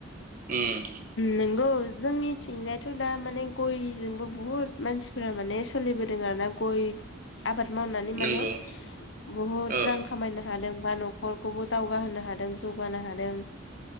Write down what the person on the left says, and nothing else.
नंगौ जोंनिथिंजाय थुना माने गय गयजोंबो बुहुत मानसिफोरा माने सोलिबोदों आरोना गय आबाद मावनानै
माने बहुद
रां खामायनो हादों बा न' न'खरखौबो दावगाहोनो हादों जौगानो हादों।